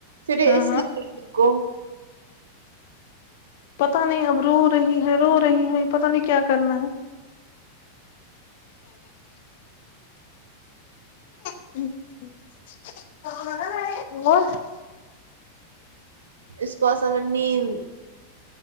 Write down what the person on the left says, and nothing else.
ہاں
ہاں
پتا نہیں اب رو رہی ہے رو رہی ہے پتا نہیں کیا کرنا ہے <unintelligible>